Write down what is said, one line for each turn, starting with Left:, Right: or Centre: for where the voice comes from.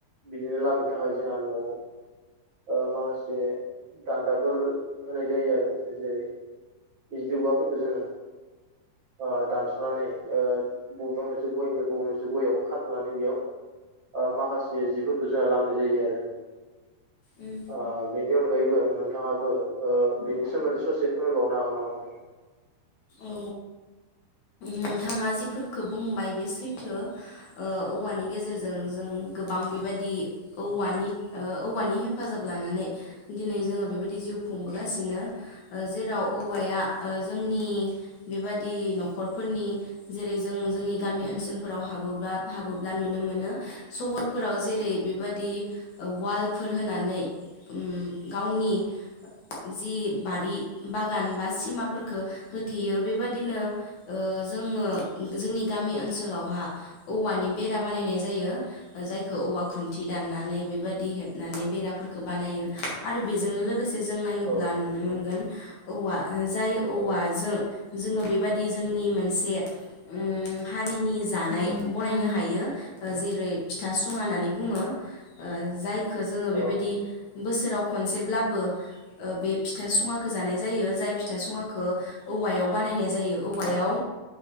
Right: बिदिनो लामनो थाखाय जोंहा न'आव ओ माखासे दान्दाफोर होनाय जायोआरो जेरै बिजौफोरखौ जोङो ओ दानसनानै ओ बबेबा मोनसे गयनिफ्राय बबेबा मोनसे गययाव खाथनानै बेयाव ओ माखासे जिफोरखौ जोंहा लामोनाय जायोआरो।
Left: उम
Right: ओ बेनि अनगायैबो नोंथाङाबो ओ बेनि सोमोन्दै ससे फोरमायबावनो हागोन नामा? <inaudible>
Left: औ नोंथाङा जिफोरखौ बुंबाय बे सैथो औवानि गेजेरजों जों गोबां बेबायदि औवानि ओ औवानि हेफाजाब लानानै दिनै जोङो बेबायदि जिउ खुं खुंबोगासिनो जेराव औवाया ओ जोंनि बेबादि नखरफोरनि जेरै जों जोंनि गामि ओनसोलफोराव हाबोब्ला हाबोब्ला नुनो मोनो सहरफोराव जेरै बेबादि वालफोर होनानै उम गावनि जि बारि बागान बा सिमाफोरखो हो थेयो बेबायाददिनो जोङो जोंनि गामि ओनसोलावहा औवानि बे बेरा बानायनाय जायो जायखौ औवा खुन्थि दाननानै बेबादि हेबनानै बेराफोरखौ बानायो। आरो बेजोंनो लोगोसे जों नायोब्ला
Right: औ
Left: नुनो मोनगोन
Right: औ
Left: औवा जाय औवाजों
Right: औ
Left: जोङो बेबादि जोंनि मोनसे उम हारिनि जानाय बनायनो हायो जेरै फिथा सुङानानै बुङो ओ जायखो जोंङो
Right: औ
Left: बेबायदि बोसोराव खनसेब्ला बो बे फिथा सुङाखो जानाय जायो जाय फिथा सुङाखो औवायाव बानायनाय जायो। औवायाव